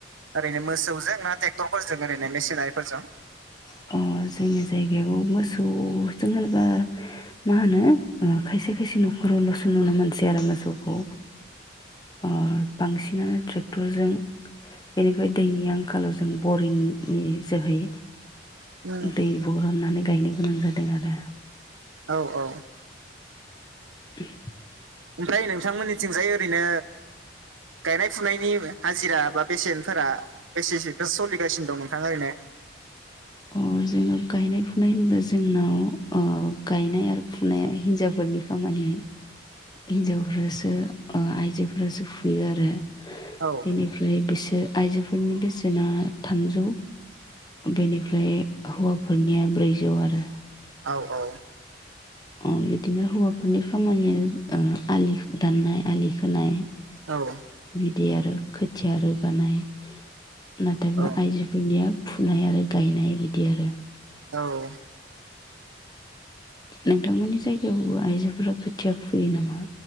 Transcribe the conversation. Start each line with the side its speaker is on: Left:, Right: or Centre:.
Right: ओरैनो मोसौजों ना ट्रेक्टरफोरजों ओरैनो मेसिनारिफोरजों?
Left: अ जोंनि जायगायाव मोसौजों होनोबा मा होनो खायसे खायसे न'खरावल'सो नुनो मोनसै आरो मोसौखौ। ओ बांसिनानो ट्रेक्टरजों बेनिफ्राय दैनि आंखालाव जों बरिंनि जोहै
Right: उम
Left: दै बरननानै गायनो गोनां जादों आरो।
Right: औ औ।
Left: उम।
Right: ओमफ्राय नोंथांमोननिथिंजाय ओरैनो गायनाय फुनायनि हाजिरा बा बेसेनफोरा बेसेसोथो सलिगासिनो दं नोंथा ओरैनो?
Left: अह जोंनाव गायनाय फुनाय होनबा जोंनाव गायनाय आरो फुनाया हिन्जावफोरनि खामानि, हिनजावफ्रासो आइजोफोरासो फुयो आरो।
Right: औ।
Left: बेनिफ्राय बिसोर आइजोफोरनि बेसेना थामजौ। बेनिफ्राय हौवाफोरनिया ब्रैजौ आरो।
Right: औ औ।
Left: ओ बिदिनो हौवाफोरनि खामानिया आलि दाननाय आलि खोनाय।
Right: औ।
Left: बिदि आरो खोथिया रोगानाय, नाथायबा
Right: औ
Left: आइजो बिनिया फुनाय आरो गायनाय बिदि आरो।
Right: औ
Left: नोंथांमोननि जायगायावबो आइजोफोरा खोथिया फुयो नामा?